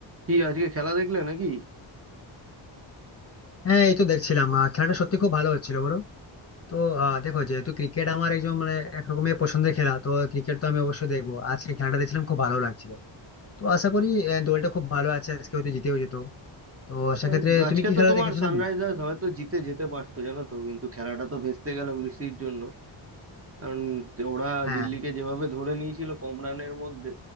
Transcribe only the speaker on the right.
কি আজকে খেলা দেখলে নাকি
আহ, আজকে
তো
তোমার
সানরাইজার্স
হয়তো জিতে যেতে পারতো জানো তো কিন্তু খেলাটা তো ভেস্তে গেল বৃষ্টির জন্য কারণ ওরা
দিল্লিকে যেভাবে ধরে নিয়েছিল কম রানের মধ্যে